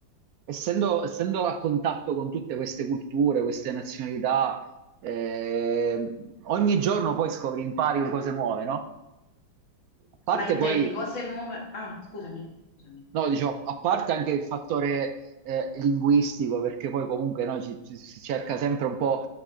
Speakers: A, on the right; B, on the left.
A: essendo, essendo a contatto con tutte queste culture, queste nazionalità, eh, ogni giorno poi scopri, impari cose nuove, no? A parte
B: Ma intendi
A: poi
B: cose nuove? Ah, scusami, scusami.
A: No, diciamo, a parte anche il fattore eh, linguistico, perché poi comunque no, ci- ci- si cerca sempre un po'